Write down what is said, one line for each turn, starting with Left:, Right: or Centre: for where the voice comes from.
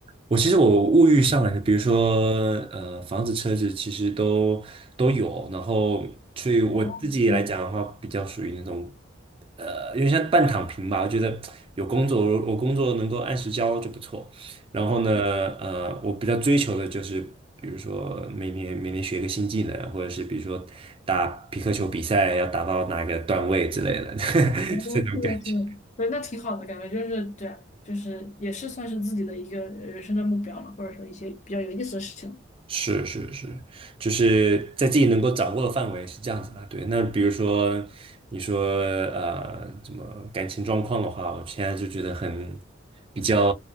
Right: 我其实我物欲上来的，比如说呃房子、车子，其实都都有。然后，所以我自己来讲的话，
Left: 哦，嗯。
Right: 比较属于那种呃，有点像半躺平吧。我觉得有工作，我工作能够按时交就不错。然后呢，呃，我比较追求的就是，比如说每年每年学一个新技能，或者是比如说打皮克球比赛要达到哪个段位之类的 <laughs>
Left: 嗯，
Right: 这种感觉。
Left: 是的，是的，对，那挺好的感觉，就是对啊，就是也是算是自己的一个人生的目标嘛，或者说一些比较有意思的事情，
Right: 是是是，就是在自己能够掌握的范围是这样子的。对，那比如说你说呃，怎么感情状况的话，我现在就觉得很比较